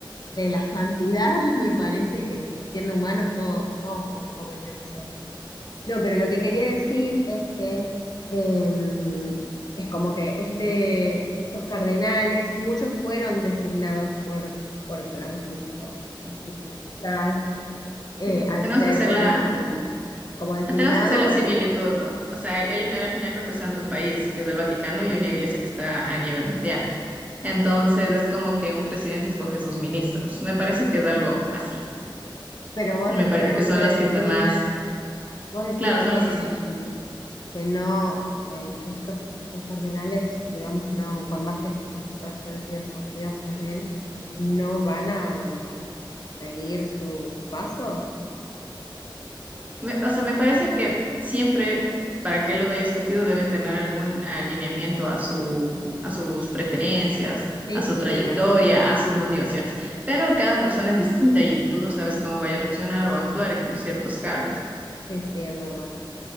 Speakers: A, on the left; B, on the right.
A: de la santidad, <laughs> me parece que siendo humanos todos, todos como cometemos errores. No, pero lo que quería decir es que eh, es como que este, estos cardenales, muchos fueron designados por, por Francisco, así que quizás eh,
B: sí,
A: al
B: tenemos
A: ser
B: que hacer
A: como,
B: la,
A: como designado,
B: tenemos que hacer la similitud, ¿no? O sea, él, él al final representa un país que es del Vaticano y una iglesia que está a nivel mundial. Entonces es como que un presidente escoge sus ministros. Me parece que es algo así.
A: pero vos,
B: Me parece
A: pero
B: que
A: quiero
B: son
A: decir,
B: los que están más,
A: eh, vos decís
B: claro,
A: que
B: son los que están.
A: que no, que estos, estos cardenales, digamos, no, por más que este- ya se hayan sido escogidos por él, no van a seguir sus pasos.
B: Me- o sea, me parece que siempre, para que lo haya escogido, deben tener algún alineamiento a su, a sus preferencias,
A: Sí,
B: a su
A: sí,
B: trayectoria,
A: claro.
B: a sus motivaciones. Pero cada persona es distinta y tú no sabes cómo vaya a reaccionar o actuar en ciertos cargos.
A: Sí, sí, es verdad,